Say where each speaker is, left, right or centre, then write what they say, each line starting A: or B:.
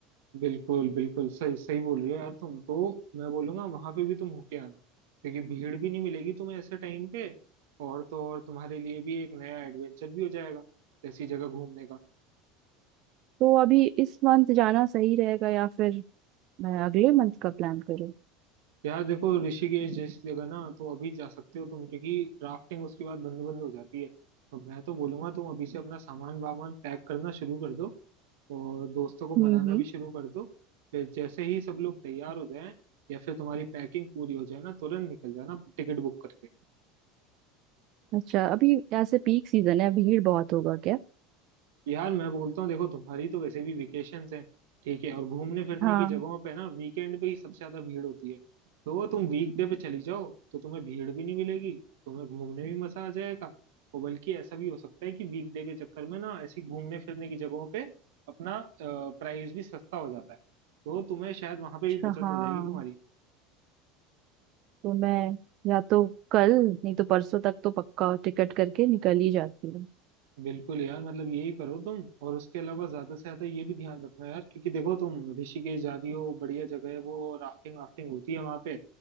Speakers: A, on the right; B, on the right.
A: बिल्कुल बिल्कुल सही सही बोल रही हो यार तुम तो मैं बोलूंगा वहां पे भी तुम होके आना क्योंकि भीड़ भी नहीं मिलेगी तुम्हें ऐसे टाइम पे और तो और तुम्हारे लिए भी एक नया एडवेंचर भी हो जाएगा ऐसी जगह घूमने का
B: तो अभी इस मंथ जाना सही रहेगा या फिर मैं अगले मंथ का प्लान करूँ
A: यार देखो ऋषिकेश जैसी जगह ना तो अभी जा सकते हो तुम क्योंकि राफ्टिंग उसके बाद बंद बंद हो जाती है तो मैं तो बोलूंगा तुम अभी से अपना सामान वामान पैक करना शुरू कर दो और दोस्तों को
B: हम्म
A: मनाना
B: हम्म
A: भी शुरू कर दो फिर जैसे ही सब लोग तैयार हो जाएं या फिर तुम्हारी पैकिंग पूरी हो जाए ना तुरंत निकल जाना टिकट बुक करके
B: अच्छा अभी ऐसे पीक सीजन है भीड़ बहुत होगा क्या
A: यार मैं बोलता हूँ देखो तुम्हारी तो वैसे भी वेकेशंस हैं ठीक है और घूमने फिरने
B: हाँ
A: की जगहों पे ना वीकेंड पे ही सबसे ज्यादा भीड़ होती है तो तुम वीकडे पे चली जाओ तो तुम्हें भीड़ भी नहीं मिलेगी तुम्हें घूमने भी मजा आ जाएगा और बल्कि ऐसा भी हो सकता है कि वीकडे के चक्कर में ना ऐसी घूमने फिरने की जगहों पे अपना प्राइस भी सस्ता हो जाता है तो तुम्हें शायद वहां पे
B: अच्छा
A: भी बचत
B: हाँ
A: हो जाएगी तुम्हारी
B: तो मैं या तो कल नहीं तो परसों तक तो पक्का टिकट करके निकल ही जाती हूँ
A: बिल्कुल यार मतलब यही करो तुम और उसके अलावा ज्यादा से ज्यादा ये भी ध्यान रखना यार क्योंकि देखो तुम ऋषिकेश जा रही हो बढ़िया जगह है वो राफ्टिंग वाफ्टिंग होती है वहां पे